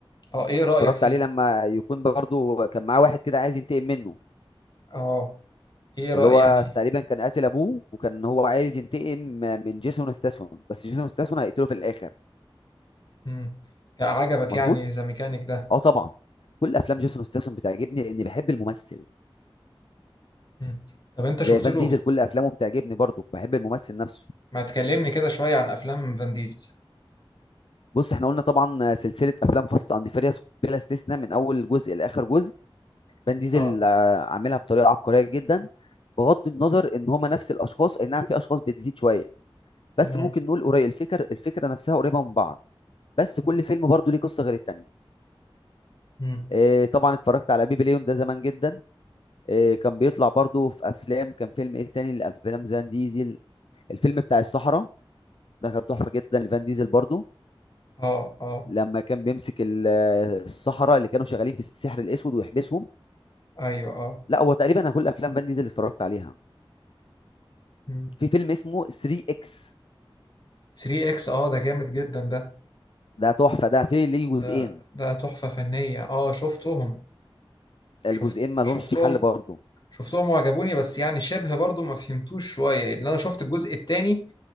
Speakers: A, on the left; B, on the left.
A: اه ايه رأيك
B: اتفرجت
A: فيه
B: عليه لما يكون برضو كان معاه واحد كده عايز ينتقم منه
A: اه ايه
B: اللي
A: رأي
B: هو
A: يعني
B: تقريبا كان قاتل ابوه وكان هو عايز ينتقم من جيسون ستاثام بس جيسون ستاثام هيقتله في الاخر
A: امم عجبك
B: مظبوط
A: يعني ذا ميكانيك ده
B: اه طبعا كل افلام جيسون ستاثام بتعجبني لاني بحب الممثل
A: مم. طب انت شفت
B: زي فان
A: له
B: ديزل
A: في-
B: كل افلامه بتعجبني برضو بحب الممثل نفسه
A: ما تكلمني كده شوية عن افلام فان ديزل
B: بص احنا قلنا طبعا سلسله افلام فاست اند فيريوس بلا استثناء من اول جزء لاخر جزء فان ديزل
A: اه
B: آه، عاملها بطريقه عبقريه جدا بغض النظر ان هما نفس الاشخاص اي نعم في اشخاص بتزيد شويه بس
A: تمام
B: ممكن نقول قريب الفكر الفكره نفسها قريبه من بعض بس
A: تمام.
B: كل فيلم برضو ليه قصه غير التانيه
A: امم
B: إيه طبعا اتفرجت على بيبي ليون ده زمان جدا إيه كان بيطلع برضو في افلام كان فيلم ايه تاني لافلام زان ديزل الفيلم بتاع الصحراء ده كان تحفه جدا لفان ديزل برضو
A: اه اه
B: لما كان بيمسك ال- الصحراء اللي كانوا شغالين في السحر الاسود ويحبسهم
A: ايوه اه
B: لا هو تقريبا انا كل افلام فان ديزل اللي اتفرجت عليها
A: امم
B: في فيلم اسمه 3 اكس
A: 3 اكس اه ده جامد جدا ده
B: ده تحفه ده في ليه جزئين
A: ده ده تحفة فنية اه شفتهم
B: الجزئين
A: شفت
B: ما
A: شفتهم
B: لهمش حل برضو
A: شفتهم وعجبوني بس يعني شبه برضو ما فهمتوش شوية ان انا شفت الجزء التاني